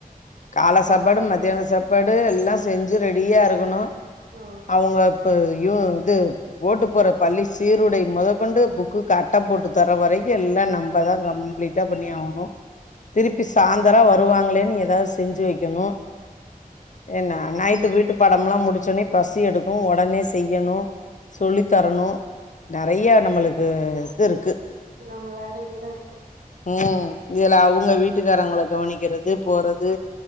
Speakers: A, on the left; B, on the right.
A: கால சாப்பாடு மதியான சாப்பாடு எல்லாம் செஞ்சு ரெடியா இருக்கணும்
B: ம்
A: அவுங்க இப்ப யும் இது ஓட்டு போற பள்ளி சீருடை முதக்கொண்டு புக்குக்கு அட்ட போட்டு தர வரைக்கும் எல்லாம் நம்மதான் கம்ப்ளீட்டா பண்ணி ஆகணும் திருப்பி சாயந்தரா வருவாங்களேன்னு ஏதாவது செஞ்சு வைக்கணும் என்ன நைட்டு வீட்டு பாடம் எல்லாம் முடிச்சடே பசி எடுக்கும் உடனே செய்யணும் சொல்லித்தரணும் நெறைய நம்மளுக்கு இது இருக்கு
B: நம்ம வேல இனிதா இருக்கு
A: உம் இதுல அவுங்க வீட்டுக்காரவங்க கவனிக்கிறது போறது அது